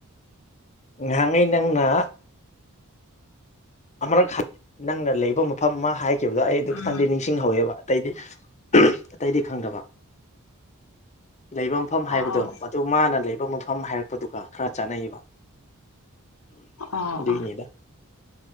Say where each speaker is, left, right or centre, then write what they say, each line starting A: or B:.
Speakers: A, on the left (about 30°); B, on the left (about 70°).
A: ꯉꯍꯥꯡꯉꯩ ꯅꯪꯅ ꯑꯃꯛ ꯅꯪꯅ ꯂꯩꯕ ꯃꯐꯝ ꯑꯃ ꯍꯥꯏꯈꯤꯕꯗꯣ ꯑꯩ ꯑꯗꯨ
B: ꯎꯝ
A: ꯈꯤꯇꯪꯗꯤ ꯅꯤꯡꯁꯤꯡꯍꯧꯋꯦꯕ ꯑꯇꯩꯗꯤ ꯑꯇꯩꯗꯤ ꯈꯪꯗꯕ ꯂꯩꯕ ꯃꯐꯝ
B: ꯑꯣ
A: ꯍꯥꯏꯕꯗꯣ ꯃꯗꯨ ꯃꯥꯅ ꯂꯩꯕ ꯃꯐꯝ ꯍꯥꯏꯔꯛꯄꯗꯨꯒ ꯈꯔ ꯆꯥꯅꯩꯌꯦꯕ
B: ꯑꯣ
A: ꯑꯗꯨꯏꯅꯦꯗ
B: ꯑꯣ